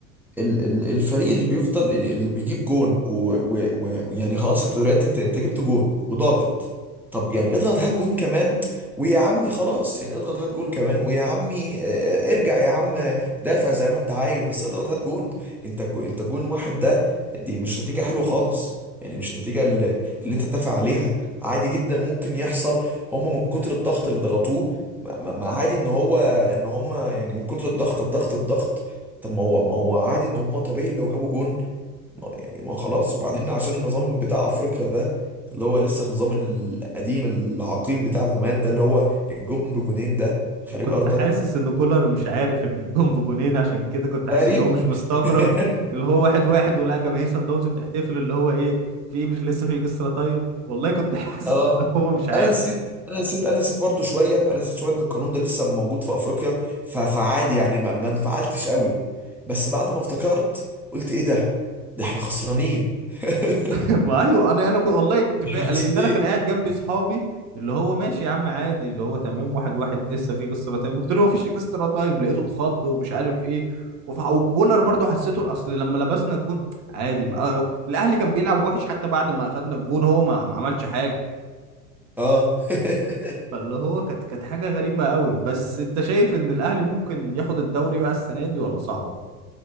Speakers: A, in the centre; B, on the right (about 35°).
A: ال- ال- الفريق اللي بيفضل اللي اللي بيجيب جون ويعني و... و... يعني خلاص انت دلوقتي انت انت جبت جون وضاغط طب يعني اضغط هات جون كمان ويا عمي خلاص يعني اضغط هات جون كمان ويا عمي اه، ارجع يا عم دافع زي ما انت عايز بس اضغط هات جون انت الجو- انت جون واحد ده دي مش نتيجة حلوة خالص يعني مش نتيجة اللي, اللي انت تدافع عليها عادي جدا ممكن يحصل هم من كتر الضغط اللي ضغطوه ما ما- ما عادي ان هو ان هم يعني من كتر الضغط الضغط الضغط طب ما هو ما هو عادي ان هم طبيعي لو جابوا جون ما يعني ما هو خلاص وبعدين عشان النظام بتاع افريقيا ده اللي هو لسه النظام القديم العقيم بتاع زمان ده اللي هو الجون بجونين ده خارج
B: انا كنت
A: ارضك
B: حاسس ان كولر مش عارف ان الجون بجونين عشان كده كنت حاسس
A: تقريبا
B: ان هو مش مستغرب
A: <laughs>
B: اللي هو واحد واحد ولقى جماهير سان داونز بتحتفل اللي هو ايه في ايه مش لسه في اكسترا تايم والله كنت <laughs> حاسس
A: اه
B: ان هو مش عارف
A: انا نسيت انا نسيت انا نسيت برضو شويه انا نسيت شويه ان القانون ده لسه موجود في افريقيا ف- فعادي يعني ما ما انفعلتش قوي بس بعد ما افتكرت قلت ايه ده ده احنا خسرانين <laughs>
B: <laughs> ما ايوه انا انا كنت والله كنت فاهم
A: احنا خسرانين
B: لان انا كان قاعد جنبي صحابي اللي هو ماشي يا عم عادي اللي هو تمام واحد واحد لسه في اكسترا تايم قلت له ما فيش اكسترا تايم لقيته اتخض ومش عارف ايه وف- وكولر برضه حسيته اصل لما لبسنا الجون عادي ما... آه، الاهلي كان بيلعب وحش حتى بعد ما اخدنا الجون هو ما, ما عملش حاجه
A: اه <laughs>
B: فاللي هو كانت كانت حاجه غريبه قوي بس انت شايف ان الاهلي ممكن ياخد الدوري بقى السنه دي ولا صعبه